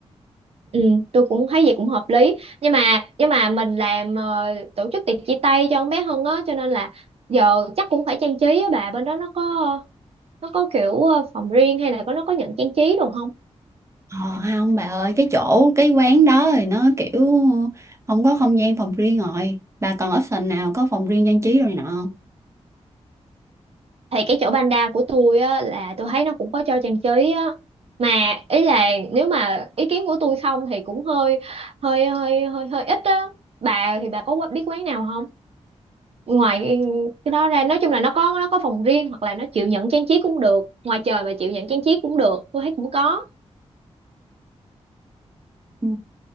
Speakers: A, on the right (about 55°); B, on the right (about 25°).
A: Ừ, tôi cũng thấy vậy cũng hợp lý nhưng mà nhưng mà mình làm ờ, tổ chức tiệc chia tay cho con bé Hân á cho nên là giờ chắc cũng phải trang trí á bà bên đó nó có nó có kiểu ờ, phòng riêng hay là có nó có nhận trang trí đồ không
B: ờ, không bà ơi cái chỗ cái quán đó thì nó kiểu không có không gian phòng riêng rồi bà còn option nào có phòng riêng trang trí rồi này nọ không
A: thì cái chỗ Panda của tôi á là tôi thấy nó cũng có cho trang trí á mà ý là nếu mà ý kiến của tôi không thì cũng hơi hơi hơi hơi hơi ít á bà thì bà có biết quán nào không ngoài cái đó ra nói chung là nó có nó có phòng riêng hoặc là nó chịu nhận trang trí cũng được ngoài trời mà chịu nhận trang trí cũng được tôi thấy cũng có
B: Ừ.